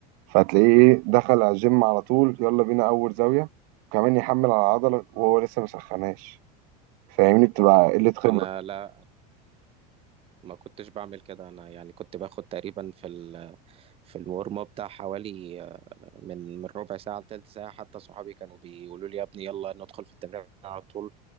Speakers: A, on the right; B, on the right.
A: فتلاقيه ايه دخل على الجيم على طول يلا بينا اول زاويه وكمان يحمل على العضله وهو لسه ما سخناش فاهمني بتبقى قله خبره
B: أنا لا ما كنتش بعمل كده أنا يعني كنت باخد تقريبا في ال في المورمة بتاع حوالي من من ربع ساعة لتلت ساعة حتى صحابي كانوا بيقولوا لي يا ابني يلا ندخل في التمرين على طول